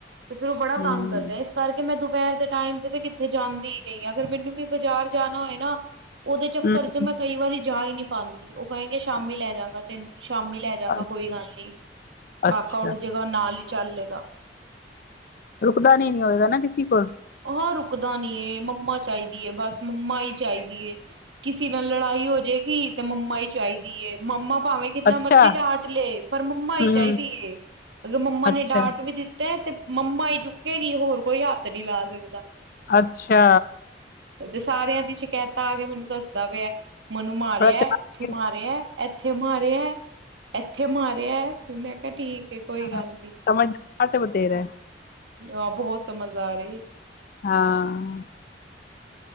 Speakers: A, on the right; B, on the left.
A: ਤੇ ਫੇਰ ਓ ਬੜਾ ਤਾੰਗ
B: ਹੂੰ
A: ਕਰਦਾ। ਕਰਕੇ ਮੈਂ ਦੁਪੈਰ ਦੇ ਟਾਈਮ ਤੇ, ਤੇ ਕਿੱਥੇ ਜਾਂਦੀ ਈ ਨੀ ਆਂ ਅਗਰ ਮੈਨੂੰ ਵੀ ਬਾਜ਼ਾਰ ਜਾਨਾ ਹੋਏ ਨਾ। ਓਦੇ ਚੱਕਰ
B: ਹੂੰ
A: ਚ ਮੈਂ ਕਈ ਵਾਰੀ ਜਾ ਈ ਨੀ ਪਾਂਦੀ ਓ ਕਏਂਗੇ। ਸ਼ਾਮੀ ਲੈ ਜਾਂਗਾ ਤੈਨੂੰ ਸ਼ਾਮੀ ਲੈ
B: ਅੱਛਾ
A: ਜਾਂਗਾ ਕੋਈ ਗਾੱਲ ਨੀ ਕਾਕਾ
B: ਅੱਛਾ
A: ਉਠ ਜੇ ਓਦੋਂ ਨਾਲ ਹੀ ਚਾੱਲੇਗਾ।
B: ਰੁਕਦਾ ਨੀ, ਨੀ ਹੋਏਗਾ ਨਾ ਕਿਸੇ ਕੋਲ।
A: ਹਾਂ ਰੁਕਦਾ ਨੀ ਏ ਮੰਮਾ ਚਾਈਦੀ ਏ ਬਾੱਸ, ਮੰਮਾ ਈ ਚਾਈਦੀ। ਕਿਸੀ ਨਾਲ ਲੜਾਈ ਹੋ ਜੇਗੀ ਤੇ ਮੰਮਾ ਈ ਚਾਈਦੀ ਏ, ਮੰਮਾ ਭਾਵੇਂ ਕਿੰਨਾ
B: ਅੱਛਾ
A: ਮਰਜੀ ਡਾਟ ਲੇ ਪਰ ਮੰਮਾ ਈ
B: ਹੂੰ
A: ਚਾਈਦੀ ਏ, ਅਗਰ ਮੰਮਾ
B: ਅੱਛਾ
A: ਨੇ ਡਾਟ ਵੀ ਦਿੱਤ ਤੇ ਮੰਮਾ ਚੁੱਕੇਗੀ ਹੋਰ ਕੋਈ ਹਾੱਥ ਨੀ ਲਾ ਸਕਦਾ।
B: ਅੱਛਾ।
A: ਤੇ ਸਾਰੇਆਂ ਦੀ ਸ਼ਿਕੈਤਾਂ ਆ ਕੇ ਮੈਨੂੰ ਦੱਸਦਾ ਪੇਆ ਮਨੂੰ ਮਾਰੇਆ।
B: ਬੜਾ ਚਲਾਕ
A: ਐਥੇ
B: ਏ
A: ਮਾਰੇਆ, ਐਥੇ ਮਾਰੇਆ, ਐਥੇ ਮਾਰੇਆ ਮੈਂ ਕਾ ਠੀਕ ਏ ਕੋਈ ਗੱਲ
B: ਹਾਂ ਸਮਝਦਾਰ ਬੱਥੇਰਾ।
A: ਆ ਬੋਹਤ ਸਮਝਦਾਰ ਏ।
B: ਹਾਂ।